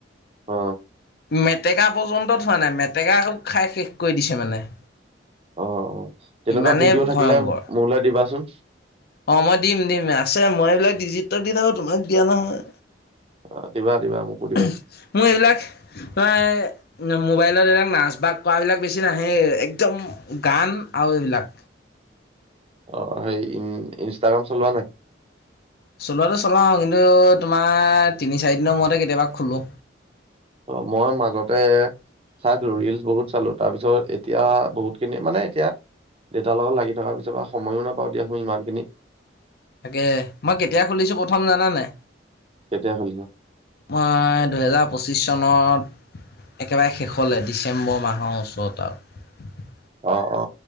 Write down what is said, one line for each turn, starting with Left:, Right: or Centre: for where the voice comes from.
Right: অ
Left: মেটেকা পৰ্যন্তত থোৱা নাই। মেটেকা খাই শেষ কৰি দিছে মানে।
Right: অ অ তেনেকুৱা
Left: ইমানেই
Right: ভিডিঅ' থাকিলে
Left: ভয়ংকৰ
Right: মোলে দিবাচোন
Left: অ মই দিম দিম আছে মই এইবিলাক ডিজিতত দি থাকো তোমাক দিয়া নহয়।
Right: অ দিবা দিবা মোকো দিবা
Left: উমহ, মোৰ এইবিলাক প্ৰায় মোবাইলত এইবিলাক নাচ বাগ কৰাবিলাক বেছি নাহেই একদম গান আৰু এইবিলাক
Right: অ সেই ই ইনষ্টাগ্ৰাম চলোৱা নাই?
Left: চলোৱাটো চলাওঁ কিন্তু তোমাৰ তিনি চাৰিদিনৰ মূৰতে কেতিয়াবা খোলো।
Right: অ মই মাজতে চাইছিলো ৰিলচ বহুত চালো তাৰ পিছত এতিয়া বহুত খিনি মানে এতিয়া দেউতাৰ লগত লাগি থকাৰ পিছৰ পা সময়ো নাপাওঁ দিয়াচোন ইমান খিনি
Left: তাকে মই কেতিয়া খুলিছো প্ৰথম জানা নাই
Right: কেতিয়া খুলিব
Left: মই দুহেজাৰ পঁচিশ চনত একেবাৰে শেষলে ডিচেম্বৰ মাহৰ ওচৰত আৱ
Right: অ অ